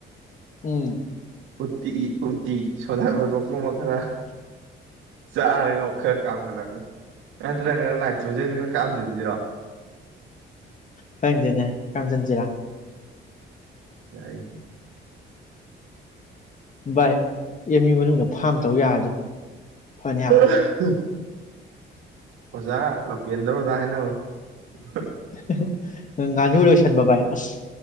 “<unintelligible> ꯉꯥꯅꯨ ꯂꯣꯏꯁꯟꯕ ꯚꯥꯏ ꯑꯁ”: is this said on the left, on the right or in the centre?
Left